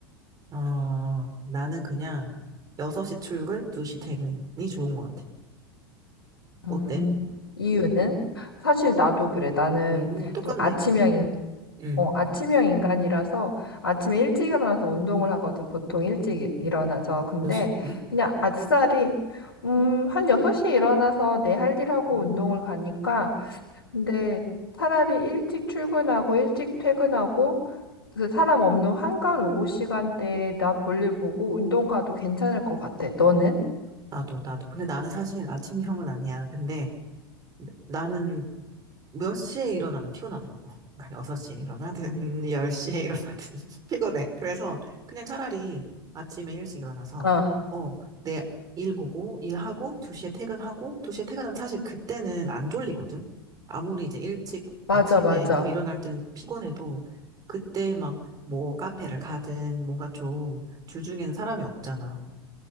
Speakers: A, on the right (about 30°); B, on the left (about 80°).
A: 어, 나는 그냥 6시 출근, 2시 퇴근이 좋은 것 같아. 어때?
B: 음, 이유는? 사실 나도 그래. 나는
A: 오, 똑같네?
B: 좀 아침형, 인-
A: 응.
B: 어, 아침형 인간이라서 아침에 일찍 일어나서 운동을 하거든. 보통 일찍 일- 일어나서. 근데
A: 몇 시에?
B: 그냥 아싸리, 음, 한 6시에 일어나서 내 할 일하고
A: 음.
B: 운동을 가니까. 근데 차라리 일찍 출근하고 일찍 퇴근하고 그 사람 없는 한간 오후 시간대에 나 볼일 보고 운동 가도 괜찮을 것 같아. 너는?
A: 나도, 나도. 근데 나는 사실 아침형은 아니야. 근데 나는 몇 시에 일어나든 피곤하더라고. <laughs> 그러니까 6시에 일어나든 10시에 일어나든 <laughs> 피곤해. 그래서 그냥 차라리 아침에 일찍 일어나서
B: 어,
A: 어, 내 일 보고 일하고 2시에 퇴근하고 2시에 퇴근하면 사실 그때는 안 졸리거든. 아무리 이제 일찍
B: 맞아,
A: 아침에
B: 맞아.
A: 어, 일어날 땐 피곤해도 그때 막 뭐 카페를 가든 뭔가 좀 주중에는 사람이 없잖아.